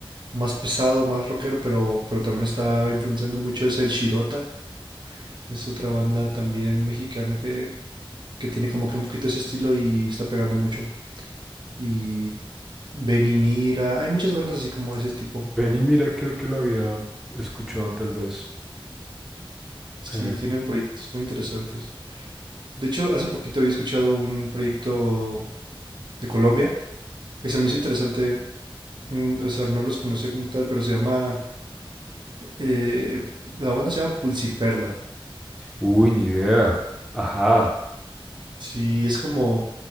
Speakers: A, on the right; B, in the centre.
A: más pesado, más rockero, pero, pero también está influenciando mucho, es el Shirota, es otra banda también mexicana que, que tiene como que un poquito ese estilo y está pegando mucho. Y Benimira. Hay muchas bandas así como ese tipo.
B: Ven y mira, creo que lo había escuchado tal vez.
A: Sí,
B: Eh,
A: tienen proyectos muy interesantes. De hecho, hace poquito había escuchado un proyecto de Colombia que se me hizo interesante. mm, O sea, no los conocía como tal, pero se llama... eh, la banda se llama Pulsiperla.
B: Uy, ni idea. Ajá.
A: Sí, es como...